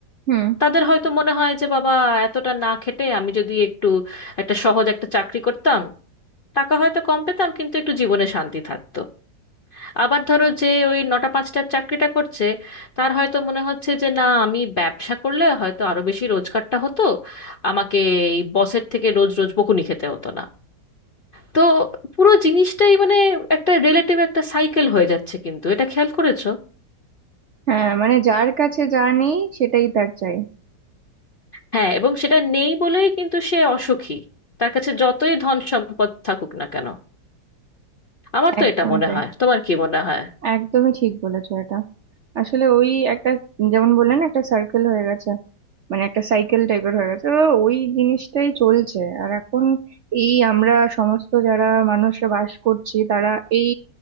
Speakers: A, on the right (about 60°); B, on the left (about 55°).
A: হুম
B: তাদের হয়তো মনে হয় যে বাবা এতটা না খেটে আমি যদি একটু একটা সহজ একটা চাকরি করতাম টাকা হয়তো কম পেতাম কিন্তু একটু জীবনে শান্তি থাকতো আবার ধরো যে ওই নটা পাঁচটার চাকরিটা করছে তার হয়তো মনে হচ্ছে যে না আমি ব্যবসা করলে হয়তো আরো বেশি রোজগারটা হতো আমাকে এই বসের থেকে রোজ রোজ বকুনি খেতে হতো না তো পুরো জিনিসটাই মানে একটা রিলেটিভ একটা সাইকেল হয়ে যাচ্ছে কিন্তু এটা খেয়াল করেছো
A: হ্যাঁ মানে যার কাছে যা নেই সেটাই তার চাই
B: হ্যাঁ এবং সেটা নেই বলেই কিন্তু সে অসুখী তার কাছে যতই ধন সম্পদ থাকুক না কেন আমার
A: একদমই
B: তো এটা মনে
A: তাই
B: হয় তোমার কি মনে হয়
A: একদমই ঠিক বলেছো এটা আসলে ওই একটা যেমন বললেন না, একটা সার্কেল হয়ে গেছে মানে একটা সাইকেল টাইপের হয়ে গেছে তো ওই জিনিসটাই চলছে আর এখন এই আমরা সমস্ত যারা মানুষরা বাস করছি তারা এই